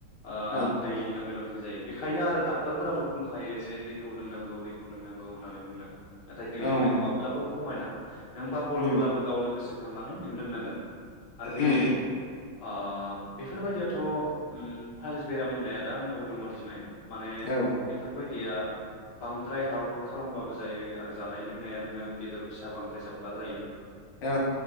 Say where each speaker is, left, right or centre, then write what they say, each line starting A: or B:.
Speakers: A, on the left; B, on the left.
A: ओ
B: औ
A: दै लोंनो गोनां जायो बेखायनो आरो डाक्टरफोराबो बुंखायो जे दैखौ लोंनांगौ दैखौ लोंनांगौ होननानै बुङो नाथाय दै
B: औ
A: लोंनायखौ माब्लाबाबो खमायनाङा। नों बावगारोब्लाबो
B: उम
A: गावनो गोसो खांनानै नों लोंनांगोन। आरो बे
B: उम
A: ओ बेफोरबायदियाथ होम फाइल्स बेराम होननाया दा आंनावबो देसुंहाय। माने
B: औ
A: बेफोरबायदि बांद्राय हार्ड वर्क खालामबाबो जायो आरो जानाय लोंनाया नोङो बेदर फिसा बांद्राय जाब्ला जायो।
B: औ